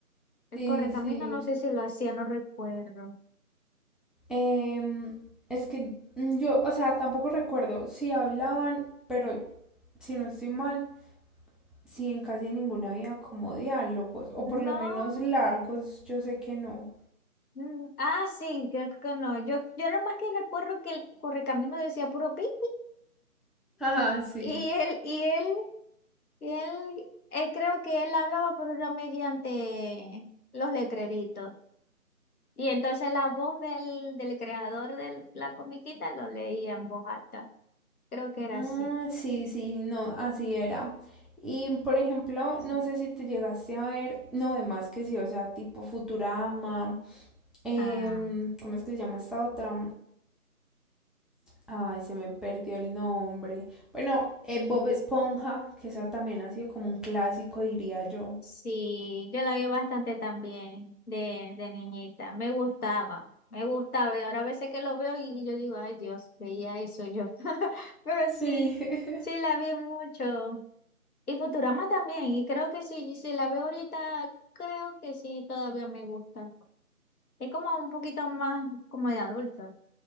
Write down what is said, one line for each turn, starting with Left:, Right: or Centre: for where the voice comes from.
Left: El
Centre: Sí,
Left: correcamino,
Centre: sí.
Left: no sé si lo hacía, no recuerdo.
Centre: Em, es que yo, o sea, tampoco recuerdo si hablaban, pero si no estoy mal, sí, en casi ninguna había como diálogos, o
Left: No.
Centre: por lo menos largos, yo sé que no.
Left: mm, Ah, sí, creo que no. Yo, yo lo más que recuerdo que el correcamino decía puro pipi,
Centre: Ajá, sí.
Left: Y él, y él, y él, él creo que él hablaba, pero era mediante los letreritos. Y entonces la voz del, del creador de la comiquita lo leía en voz alta. Creo que era
Centre: Ah,
Left: así.
Centre: sí, sí, no, así era. Y por ejemplo,
Left: Sí.
Centre: no sé si te llegaste a ver, no, de más que sí, o sea, tipo Futurama, em,
Left: Ah,
Centre: ¿cómo es que se llama esta otra? Ay, se me perdió el nombre. Bueno, eh, Bob Esponja, que esa también ha sido como un clásico, diría yo.
Left: Sí, yo la vi bastante también de, de niñita. Me gustaba, me gustaba. Y ahora a veces que lo veo y yo digo, ay Dios, veía eso yo. <laughs> Pero
Centre: Sí.
Left: sí,
Centre: <laughs>
Left: sí la vi mucho. Y Futurama también. Y creo que sí, y si la veo ahorita, creo que sí, todavía me gusta. Es como un poquito más como de adulto.